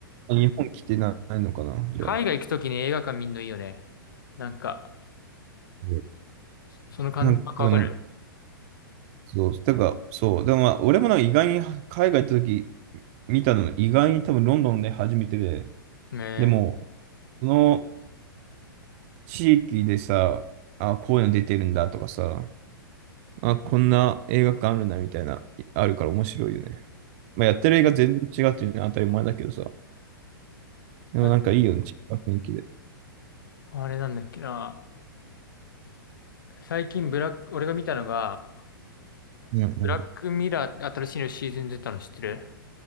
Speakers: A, on the right; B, on the left.
A: 日本来てないのかな、じゃあ。
B: 海外行くときに映画館見んのいいよね。なんか、
A: うん
B: その感覚わかるよ。
A: なんかね、そう、だから、そう、でもまあ、俺もなんか意外に海外行った時見たの、意外に多分ロンドンで初めてで、
B: ねえ。
A: でも、その、地域でさ、あ、こういうの出てるんだとかさ、あ、こんな映画館あるなみたいな、いあるから面白いよね。まあ、やってる映画全然違うっていうのは当たり前だけどさ、でもなんかいいよね、
B: あ
A: 違う雰囲気で。
B: あれなんだっけな。最近ブラック、俺が見たのが、
A: うんうん
B: ブラックミラー、新しいのシーズン出たの知ってる